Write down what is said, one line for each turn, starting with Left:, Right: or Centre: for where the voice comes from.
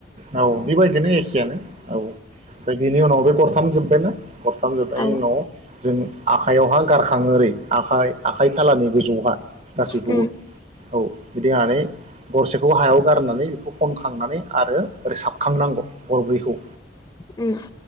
Right: औ। बेबायदिनो एखयानो औ ओमफ्राय बेनि उनाव बे हाम जोब्बायना? गरथामजोबनायनि
Left: औ
Right: उनाव जों आखाइायावहा गारखा थाङो ओरै आखाइ आखाइ खालानि गोजौहा गासैखौबो
Left: उम
Right: औ बिदिआनो गरसेखौ हायाव गारनानै खनखांनानै आरो ओरै साबखांनांगौ गरब्रैखौ।
Left: उम।